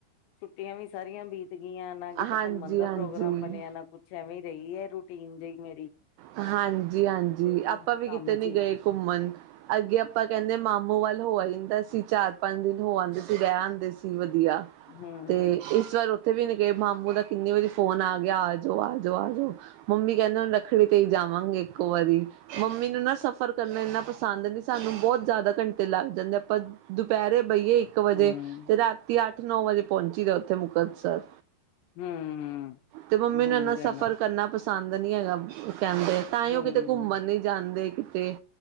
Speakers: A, on the left; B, on the right.
A: ਛੁੱਟੀਆਂ ਵੀ ਸਾਰੀਆਂ ਬੀਤ ਗਈਆਂ, ਨਾ ਕਿਤੇ
B: ਹਾਂਜੀ
A: ਘੁੰਮਣ ਦਾ
B: ਹਾਂਜੀ
A: ਪ੍ਰੋਗਰਾਮ ਬਣਿਆ, ਨਾ ਕੁੱਛ ਕੁੱਛ ਐਵੇਂ ਰਹੀ ਐ, ਰੂਟੀਨ ਜਿਹੀ ਮੇਰੀ।
B: ਹਾਂਜੀ- ਹਾਂਜੀ,
A: ਡੇਲੀ
B: ਆਪਾਂ ਵੀ
A: ਕੰਮ
B: ਕਿਤੇ
A: ਚ
B: ਨੀ
A: ਹੀ
B: ਗਏ ਘੁੰਮਣ। ਅੱਗੇ ਆਪਾਂ ਕਹਿੰਦੇ ਮਾਮੂ ਵੱਲ ਹੋ ਆਈਦਾ ਸੀ, ਚਾਰ ਪੰਜ ਦਿਨ ਹੋ ਆਂਦੇ ਸੀ, ਰਹਿ ਆਂਦੇ ਸੀ ਵਧੀਆ।
A: ਹਮ
B: ਤੇ ਇ ਇਸ ਵਾਰ ਉੱਥੇ ਵੀ ਨੀ ਗਏ, ਮਾਮੂ ਦਾ ਕਿੰਨੀ ਵਾਰੀ ਫੋਨ ਆ ਗਿਆ, ਆ ਜਾਓ- ਆ ਜਾਓ, ਆ ਜਾਓ ਮੰਮੀ ਕਹਿੰਦੇ ਹ ਫੇਰ ਕਈ ਜਾਵਾਂਗੇ, ਇੱਕੋ ਵਾਰੀ। ਮੰਮੀ ਨੂੰ ਨਾ ਸਫ਼ਰ ਕਰਨਾ ਇੰਨਾ ਪਸੰਦ ਨੀ, ਸਾਨੂੰ ਬਹੁਤ ਜ਼ਿਆਦਾ ਘੰਟੇ ਲੱਗ ਜਾਂਦੇ ਆ, ਆਪਾਂ ਦੁਪਹਿਰੇ ਬਹੀਏ ਇੱਕ ਵਜੇ,
A: ਹਮ
B: ਤੇ ਰਾਤੀ ਅੱਠ ਨੌ ਵਜੇ ਪਹੁੰਚੀਦਾ ਉੱਥੇ ਮੁਕਤਸਰ।
A: ਹਮ
B: ਤੇ ਮੰਮੀ
A: ਦੂਰ
B: ਨੂੰ ਇੰਨਾ
A: ਹੈ
B: ਸਫ਼ਰ
A: ਨਾ
B: ਕਰਨਾ ਪਸੰ ਪਸੰਦ ਨਹੀਂ ਹੈਗਾ ਕਹਿੰਦੇ, ਤਾਂਹੀ
A: ਹਮ
B: ਉਹ ਕਿਤੇ ਘੁੰਮਣ ਨੀ ਜਾਂਦੇ ਕਿਤੇ।